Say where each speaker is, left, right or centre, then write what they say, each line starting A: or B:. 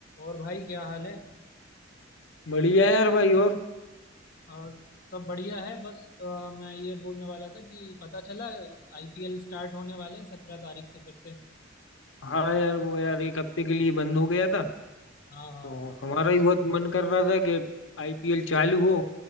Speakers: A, on the left; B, on the left.
A: और भाई क्या हाल है
B: बढ़िया यार भाई और
A: और सब बढ़िया है बस अ, मैं ये बोलने वाला था कि पता चला आईपीएल स्टार्ट होने वाले हैं सत्रह तारीख से फिर से
B: हाँ यार वो यार एक हफ्ते के लिए बंद हो गया था
A: हाँ हाँ
B: तो हमारा भी बहुत मन कर रहा था कि आईपीएल चालू हो